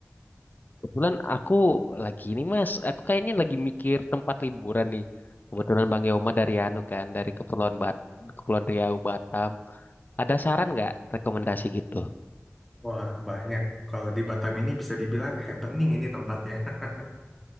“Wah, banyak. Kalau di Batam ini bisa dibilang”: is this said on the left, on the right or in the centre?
Centre